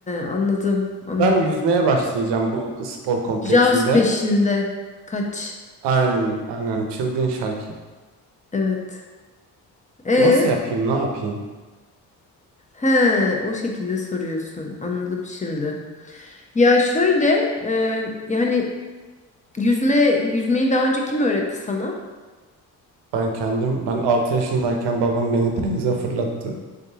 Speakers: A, on the left; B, on the right.
A: anladım, anladım.
B: Ben yüzmeye başlayacağım bu spor kompleksinde.
A: Jaws peşinde. Kaç.
B: Aynen, aynen çılgın şarkı.
A: Evet. E,
B: Nasıl yapayım, ne yapayım?
A: he, o şekilde soruyorsun. Anladım şimdi. Ya şöyle, e, yani yüzme yüzmeyi daha önce kim öğretti sana?
B: Ben kendim, ben 6 yaşındayken babam beni denize fırlattı.